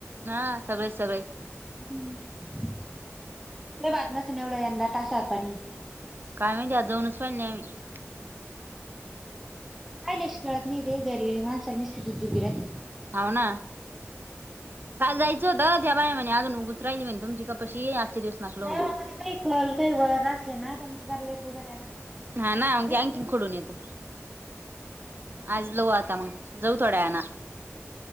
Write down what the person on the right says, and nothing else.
हा सगळेच सगळे.
काय म्हणत त्यात जाऊनच पाहिले नाही आम्ही,
हाव ना काल जायचं होतं, त्या बाया म्हणे आजून उतराय नाही म्हणे तुमची कपाशी आजचे दिवस नाकलो
म्हणे
हा ना
म्हजे आणखीन खडून येतो. आज लऊ आता मग, जाऊ थोड्या वेळानं.